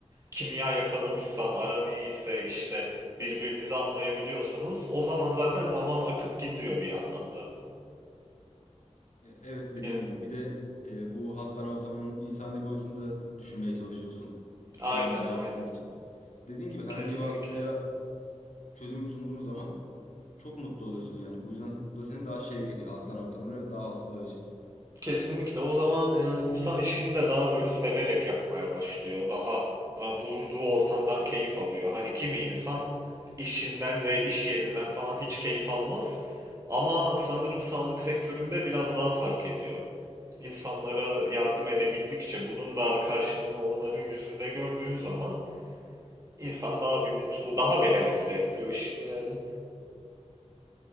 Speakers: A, on the right; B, on the left.
A: kimya yakalamışsan, aran iyiyse işte birbirinizi anlayabiliyorsanız o zaman zaten zaman akıp gidiyor bir yandan da.
B: E, Evet dediğin
A: Yani,
B: gibi bir de e, bu hastane ortamının insani boyutunu da düşünmeye çalışıyorsun.
A: aynen
B: Kendini daha
A: aynen.
B: iyi hissetmek için. Dediğin gibi herhangi
A: Kesinlikle.
B: bir hastaya çözüm sunduğun zaman çok mutlu oluyorsun yani. Bu yüzden bu da seni daha şevk ediyor hastane ortamları ve daha hastalar için.
A: Kesinlikle. O zaman e, insan işini de daha böyle severek yapmaya başlıyor. Daha e, bulunduğu ortamdan keyif alıyor. Hani kimi insan işinden ve iş yerinden falan hiç keyif almaz. Ama sanırım sağlık sektöründe biraz daha fark ediyor. İnsanlara yardım edebildikçe bunun da karşılığını onların yüzünde gördüğüm zaman insan daha bir mutlu, daha bir hevesle yapıyor işini yani.